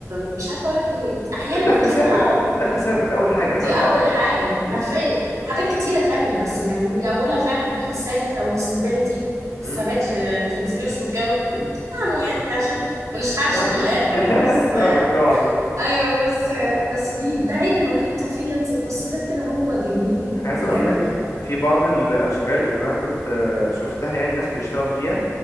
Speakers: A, on the right (about 80°); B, on the left (about 70°).
A: مش عارفه اقول لك ايه احيانا
B: الدخل
A: بتبقى
B: ثابت دخل ثابت اول حاجه
A: دي
B: فاهمه
A: أول حاجة حرفيا
B: امم
A: وحاجات كتيرة تانية بس يعني هي أولها فعلا الدخل الثابت أو الاستابيليتي
B: امم
A: الثبات في في الفلوس والجو تفهموا يعني عشان ما نشحتش
B: فاهمك
A: في الآخر
B: <laughs>
A: بس
B: فاهمك طبعا يعني
A: أيوه بس بس دي ده عيب الوحيد بتاع فريلانسنج بس غير كده هو جميل
B: عايز
A: بجد
B: اقول لك
A: يعني
B: في بعض الاشغال اللي انا كنت آه، شفتها يعني الناس بتشتغل فيها